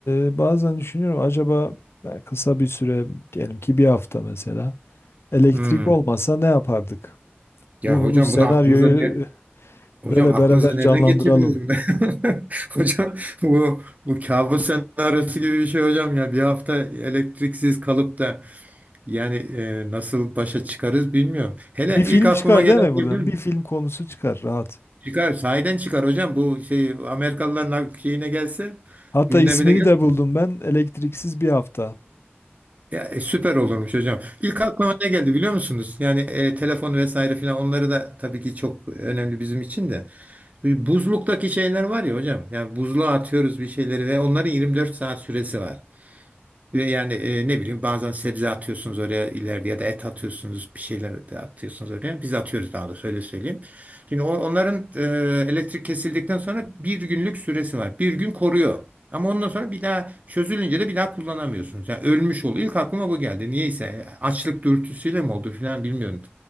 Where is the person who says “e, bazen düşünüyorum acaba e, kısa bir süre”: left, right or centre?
Left